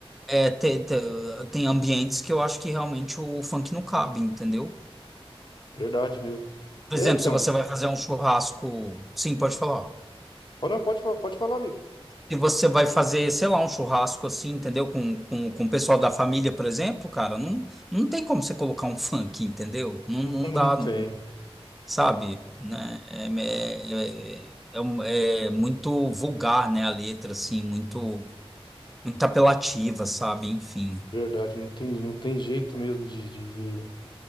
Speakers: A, in the centre; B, on the left (about 50°).
A: é, te- te- tem ambientes que eu acho que realmente o funk não cabe, entendeu?
B: verdade mesmo.
A: Por
B: É,
A: exemplo,
B: então,
A: se você vai fazer um churrasco, sim, pode falar.
B: pode, não, pode, fa- pode falar, amigo.
A: Se você vai fazer, sei lá, um churrasco assim, entendeu? Com, com, com o pessoal da família, por exemplo, cara, não, não tem como você colocar um funk, entendeu? Não,
B: <laughs>
A: não
B: Não
A: dá,
B: tem,
A: não- sabe? Né? É, é, é, é um- é muito vulgar, né? A letra, assim, muito, muito apelativa, sabe? Enfim.
B: verdade, não tem, não tem jeito mesmo de, de, de-